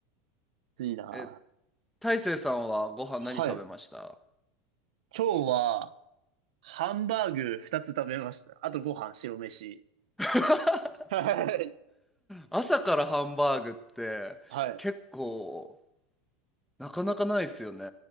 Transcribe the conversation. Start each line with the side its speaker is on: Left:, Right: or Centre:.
Right: 暑いな。
Centre: い。え、大成さんはご飯何食べました
Right: はい。今日は、ハンバーグ2つ食べました。あとご飯、白飯。
Centre: <laughs>
Right: はい。
Centre: 朝からハンバーグって結構
Right: はい。
Centre: なかなかないですよね。